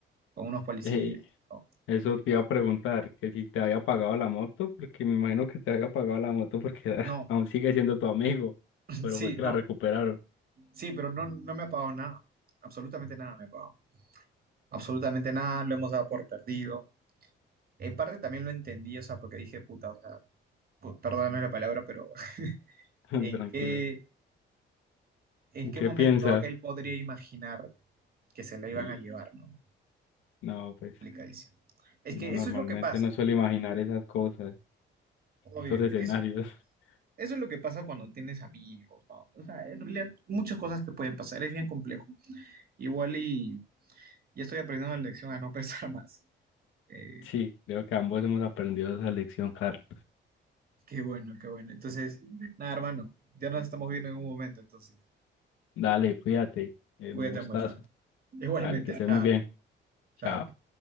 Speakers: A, on the right (about 50°); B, on the left (about 80°).
A: con unos policías.
B: eh,
A: No,
B: eso te iba a preguntar, que si te había pagado la moto, porque me imagino que te había pagado la moto porque era-
A: no,
B: <laughs> aún sigue siendo tu amigo,
A: <laughs>
B: pero
A: sí,
B: fue que
A: no,
B: la recuperaron.
A: sí, pero no, no me ha pagado nada, absolutamente nada me ha pagado, absolutamente nada, lo hemos dado por perdido. En parte también lo entendí, o sea, porque dije, puta, o sea, pu- perdóname la palabra, pero <laughs>
B: <laughs>
A: ¿en
B: Tranquilo.
A: qué, en
B: ¿Y
A: qué
B: ¿Qué
A: momento
B: piensas?
A: él podría imaginar que se la iban
B: Sí.
A: a llevar, ¿no?
B: No, pues
A: Complicadísimo. Es
B: no
A: que eso
B: normalmente
A: es lo que pasa.
B: no suele imaginar esas cosas,
A: Obvio,
B: esos escenarios.
A: eso es lo que pasa.
B: <laughs>
A: Eso es lo que pasa cuando tienes amigos. cuando- o sea, en realidad muchas cosas te pueden pasar, es bien complejo. Igual y ya estoy aprendiendo la lección a no <laughs> pensar más. Eh,
B: Sí, creo que ambos hemos aprendido esa lección, Carlos.
A: qué bueno, qué bueno. Entonces, nada, hermano, ya nos estamos viendo en un momento, entonces,
B: Dale, cuídate. eh,
A: cuídate
B: un gustazo.
A: mucho. Igualmente,
B: Vale, que estés
A: chao,
B: muy bien.
A: chao.
B: Chao.